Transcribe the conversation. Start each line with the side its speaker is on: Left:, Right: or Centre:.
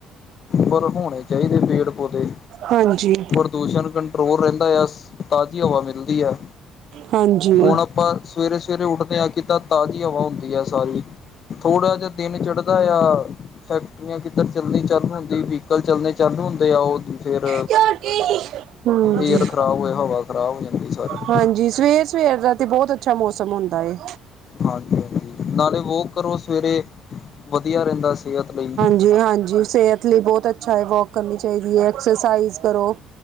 Left: ਪਰ ਹੋਣੇ ਚਾਹੀਦੇ ਪੇੜ ਪੌਦੇ
Right: ਹਾਂਜੀ
Left: ਪ੍ਰਦੂਸ਼ਣ ਕੰਟਰੋਲ ਰਹਿੰਦਾ ਹੈ ਤਾਜ਼ੀ ਹਵਾ ਮਿਲਦੀ ਹੈ।
Right: ਹਾਂਜੀ ਹਾਂਜੀ
Left: ਹੁਣ ਆਪਾਂ ਸਵੇਰੇ ਸਵੇਰੇ ਉੱਠਦੇ ਹਾਂ ਕਿਦਾ ਤਾਜ਼ੀ ਹਵਾ ਹੁੰਦੀ ਹੈ ਸਾਰੀ। ਥੋੜ੍ਹਾ ਜਿਹਾ ਦਿਨ ਚੜ੍ਹਦਾ ਆ। ਫੈਕਟਰੀਆਂ ਕਿੱਧਰ ਚੱਲਣੀ ਚੱਲ ਪੈਦੀ ਵਹੀਕਲ ਚੱਲਣੇ ਚਾਲੂ ਹੁੰਦੇ ਆ ਉਹ ਫ਼ੇਰ।
Right: ਹਾਂਜੀ
Left: ਏਅਰ ਖ਼ਰਾਬ ਹੋਇਆ ਹਵਾ ਖ਼ਰਾਬ ਹੋ ਜਾਂਦੀ ਐ ਸਾਰੀ।
Right: ਹਾਂਜੀ ਸਵੇਰ ਸਵੇਰ ਦਾ ਤੇ ਬਹੁਤ ਅੱਛਾ ਮੌਸਮ ਹੁੰਦਾ ਏ।
Left: ਹਾਂਜੀ ਹਾਂਜੀ ਨਾਲੇ ਵੋਕ ਕਰੋ ਸਵੇਰੇ ਵਧੀਆ ਰਹਿੰਦਾ ਸਿਹਤ ਲਈ ਵੀ।
Right: ਜੀ ਹਾਂਜੀ ਸਿਹਤ ਲਈ ਬਹੁਤ ਅੱਛਾ ਹੈ। ਵੋਕ ਕਰਨੀ ਚਾਹੀਦੀ ਹੈ। ਐਕਸਰਸਾਈਜ਼ ਕਰੋ।